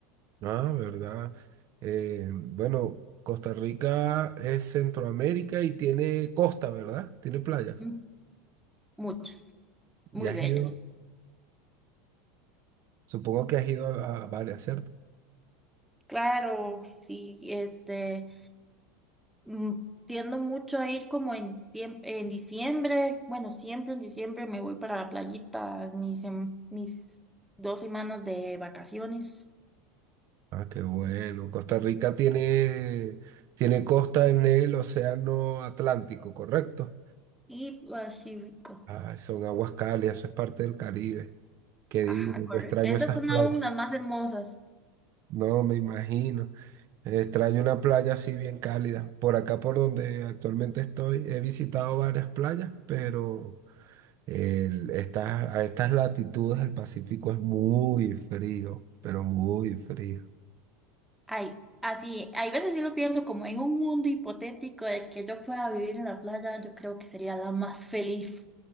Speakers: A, on the right; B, in the centre.
A: Ah, verdad. Eh, bueno, Costa Rica es Centroamérica y tiene costa, ¿verdad? Tiene playas.
B: Mm, Muchas, muy
A: Y has
B: bellas.
A: ido, supongo que has ido a, a varias, ¿cierto?
B: Claro, sí, este, mm, tiendo mucho a ir como en tiemp- en diciembre, bueno, siempre en diciembre me voy para la playita, mis, sem- mis dos semanas de vacaciones
A: Ah, qué bueno. Costa Rica tiene, tiene costa en el Océano Atlántico, ¿correcto?
B: y Pacífico.
A: Ay, son aguas cálidas, eso es parte del Caribe. Qué
B: Ajá,
A: divino,
B: correcto.
A: yo extraño
B: Esas
A: esas
B: son
A: playas.
B: aún las más hermosas.
A: No, me imagino. Extraño una playa así bien cálida. Por acá, por donde actualmente estoy, he visitado varias playas, pero el- estas, a estas latitudes el Pacífico es muy frío, pero muy frío.
B: Ay, así, hay veces sí lo pienso como en un mundo hipotético de que yo pueda vivir en la playa, yo creo que sería la más feliz.